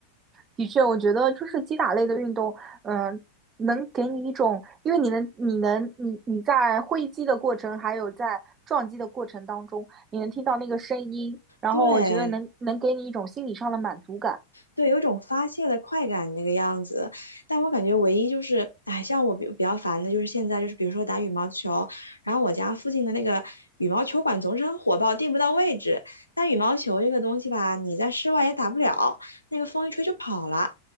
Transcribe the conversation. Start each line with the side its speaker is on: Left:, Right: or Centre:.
Right: 的确，我觉得就是击打类的运动，嗯、能给你一种，因为你能，你能，你你在挥击的过程，还有在撞击的过程当中，你能听到那个声音，然后我觉得能能给你一种心理上的满足感。
Left: 对对，有一种发泄的快感那个样子。但我感觉唯一就是，哎，像我比比较烦的就是现在就是，比如说打羽毛球，然后我家附近的那个羽毛球馆总是很火爆，订不到位置。但羽毛球这个东西吧，你在室外也打不了，那个风一吹就跑了，